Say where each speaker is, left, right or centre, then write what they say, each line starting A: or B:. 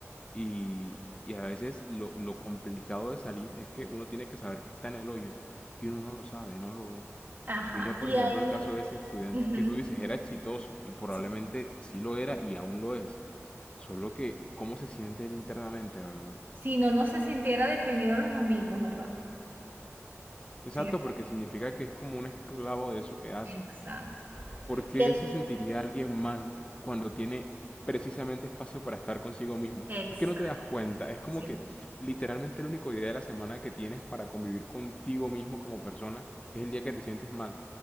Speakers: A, on the left; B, on the right.
A: y, y a veces lo, lo complicado de salir es que uno tiene que saber que está en el hoyo y uno no lo sabe, no lo ve.
B: Ajá,
A: Mira, por
B: y
A: ejemplo,
B: ahí,
A: el caso de ese estudiante,
B: ujú,
A: que tú dices era exitoso y probablemente
B: sí.
A: sí lo era y aún lo es. Solo que, ¿cómo se siente él internamente, verdad?
B: Si no, no se sintiera deprimido los domingos, ¿verdad?
A: Exacto,
B: ¿Cierto?
A: porque significa que es como un esclavo de eso que hace.
B: Exacto.
A: ¿Por qué
B: Y el,
A: se sentiría alguien mal cuando tiene precisamente espacio para estar consigo mismo?
B: exacto,
A: Es que no te das cuenta, es como
B: sí.
A: que literalmente el único día de la semana que tienes para convivir contigo mismo como persona es el día que te sientes mal.